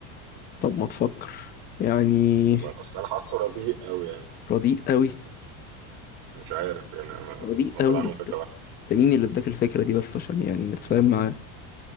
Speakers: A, on the left; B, on the right.
A: طب ما تفكر يعني
B: طب ما اصل انا حاسه رديء قوي يعني
A: رديء قوي
B: مش عارف يعني انا
A: رديء
B: واخد
A: قوي
B: عنهم
A: انت
B: فكره وحشه
A: انت مين اللي اداك الفكره دي بس عشان يعني نتفاهم معاه